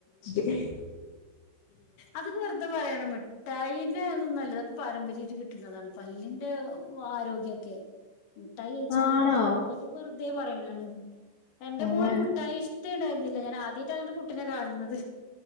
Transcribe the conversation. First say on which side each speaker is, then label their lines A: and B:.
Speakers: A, on the left (about 70°); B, on the left (about 55°).
A: <unintelligible> <unintelligible>
B: അത് വെറുതെ പറയാണ് മിഠാ ഠായിൻ്റെ അതൊന്നു അല്ല അതൊക്കെ പാരമ്പര്യായിട്ട് കിട്ടുന്നതാണ് പല്ലിന്റെ ആരോഗ്യൊക്കെ മിട്ടായി കഴിച്ചൂന്ന്
A: ആണോ
B: കരുതീട്ട് പോവാ അതൊക്കെ വെറുതെ പറയണതാണ് എന്റെ
A: ഓഹ്
B: മോന് മുഠായി ഇഷ്ട്ടെണ്ടായിരുന്നില്ലാ ഞാനാദ്യമയിട്ടാണ് അങ്ങനൊരു കുട്ടീനെ കാണണത്